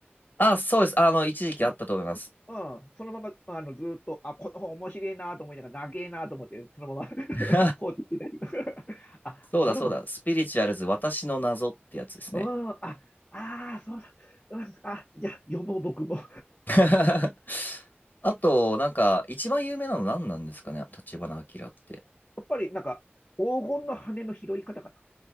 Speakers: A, on the left; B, on the left.
A: あ、そうです。あの、一時期あったと思います。
B: うん、うん、そのまま、あの、ずーっと、あ、この本面白いなと思いながら、長えなと思って、そのまま <laughs>
A: <laughs>
B: 放置してたりとか <laughs> あ、
A: そうだ、
B: あの本、
A: そうだ。スピリチュアルズ、私の謎ってやつですね。
B: うん、あ、ああ、そうだ、うん、あ、じゃあ読もう、僕も <laughs> や
A: <laughs> あと、なんか、一番有名なの何なんですかね、立花明って。
B: っぱり、なんか、黄金の羽の拾い方か